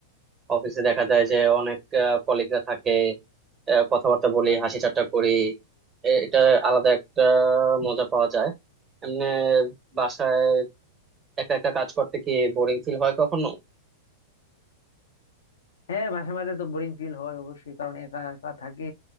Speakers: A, on the right; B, on the left.
A: অফিসে দেখা যায় যে অনেক কলিগরা থাকে আহ, কথাবার্তা বলি হাসি ঠাট্টা করি এ- এটা আলাদা একটা মজা পাওয়া যায় এমনি বাসায় একা একা কাজ করতে কি বোরিং ফিল হয় কখনো
B: হ্যাঁ মাঝে মাঝে তো বোরিং ফিল হয় অবশ্যই কারণ একা একা থাকি